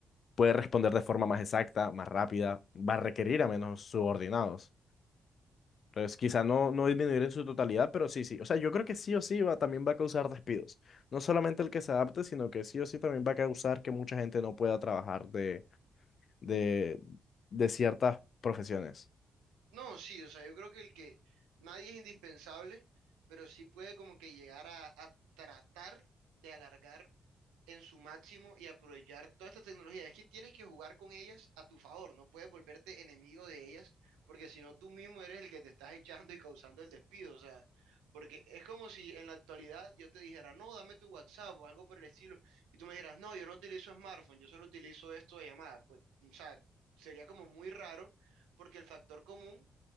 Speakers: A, on the left (about 60°); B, on the right (about 80°).
A: puede responder de forma más exacta, más rápida, va a requerir a menos subordinados. Entonces, quizá no, no disminuir en su totalidad, pero sí, sí. O sea, yo creo que sí o sí va, también va a causar despidos. No solamente el que se adapte, sino que sí o sí también va a causar que mucha gente no pueda trabajar de, de, de ciertas profesiones.
B: No, sí, o sea, yo creo que el que nadie es indispensable, pero sí puede como que llegar a, a tratar de alargar en su máximo y aprovechar toda esta tecnología. Es que tienes que jugar con ellas a tu favor, no puedes volverte enemigo de ellas, porque si no tú mismo eres el que te estás <laughs> echando y causando el despido, o sea, porque es como si en la actualidad yo te dijera, no, dame tu WhatsApp o algo por el estilo, y tú me dijeras, no, yo no utilizo smartphone, yo solo utilizo esto de llamada, pues, o sea, sería como muy raro, porque el factor común